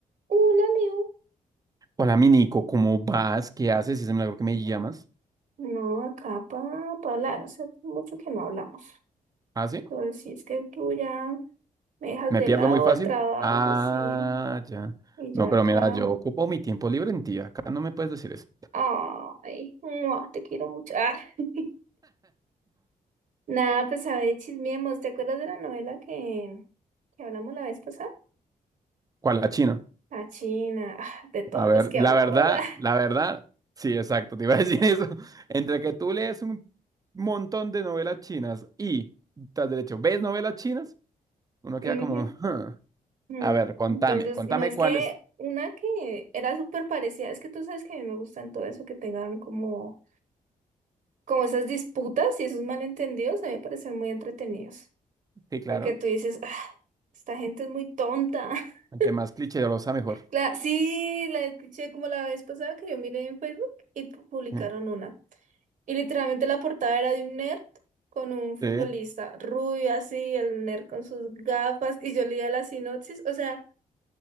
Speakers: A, on the right; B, on the right.
A: Hola, Leo.
B: Hola, mi Nico, ¿cómo vas? ¿Qué haces? Es un milagro que me llamas.
A: No, acá para hablar. Hace mucho que no hablamos.
B: ¿Ah, sí?
A: Sobre si es que tú ya me dejas
B: ¿Me
A: de
B: pierdo
A: lado
B: muy fácil?
A: el trabajo,
B: Ah,
A: sí.
B: ya.
A: Y yo
B: No,
A: acá.
B: pero mira, yo ocupo mi tiempo libre en ti. Acá no me puedes decir eso.
A: Ay, mua, te quiero mucho. Ah. <laughs> Nada, pues a ver, chismeemos. ¿Te acuerdas de la novela que, que hablamos la vez pasada?
B: ¿Cuál la China?
A: La China, ah, de todas
B: A ver,
A: las que
B: la
A: hablamos.
B: verdad,
A: ah.
B: la verdad, sí, exacto, te iba a decir eso. <laughs> Entre que tú lees un montón de novelas chinas y, tras derecho, ¿ves novelas chinas?
A: <laughs>
B: Uno queda
A: Ujú.
B: como, "Huh".
A: Mm,
B: A ver, contame,
A: Entonces,
B: contame
A: no es
B: cuál
A: que
B: es.
A: una que era súper parecida, es que tú sabes que a mí me gustan todo eso que tengan como como esas disputas y esos malentendidos a mí me parecen muy entretenidos.
B: Sí, claro,
A: Porque tú dices, "Ah, esta gente es muy tonta. <laughs>
B: entre más cliché mejor.
A: La, sí, la escuché como la vez pasada que yo miré en Facebook y pu- publicaron
B: Mm.
A: una. Y literalmente la portada era de un nerd con un futbolista
B: Sí.
A: rubio así, el nerd con sus gafas, y yo leía la sinopsis. O sea,